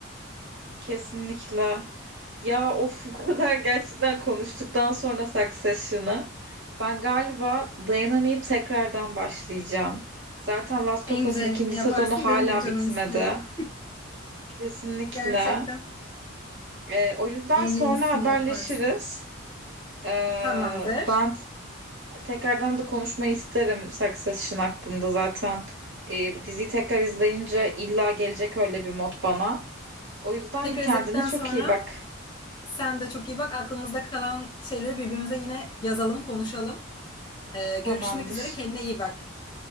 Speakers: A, on the right; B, on the left.
A: Kesinlikle. Ya of bu kadar gerçekten konuştuktan sonra Succession'ı ben galiba dayanamayıp tekrardan başlayacağım. Zaten Last
B: En
A: of Us'ın
B: güzelini
A: ikinci
B: yaparsın,
A: sezonu hala
B: benim de canım
A: bitmedi.
B: istiyor.
A: Kesinlikle.
B: Gerçekten
A: Ee, o yüzden
B: en
A: sonra
B: iyisini
A: haberleşiriz.
B: yaparsın.
A: Ee,
B: Tamamdır.
A: ben tekrardan da konuşmayı isterim Succession hakkında zaten. Ee, diziyi tekrar izleyince illa gelecek öyle bir mod bana. O yüzden
B: Tekrar
A: kendine
B: izledikten
A: çok
B: sonra
A: iyi bak.
B: sen de çok iyi bak. Aklımızda kalan şeyleri birbirimize yine yazalım, konuşalım. Ee, görüşmek
A: Tamamdır.
B: üzere. Kendine iyi bak.